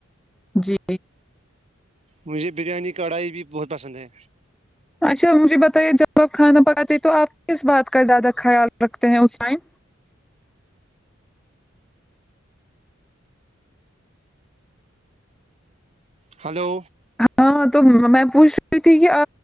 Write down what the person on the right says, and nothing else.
مجھے بریانی کڑھائی بھی بہت پسند ہے
ہلو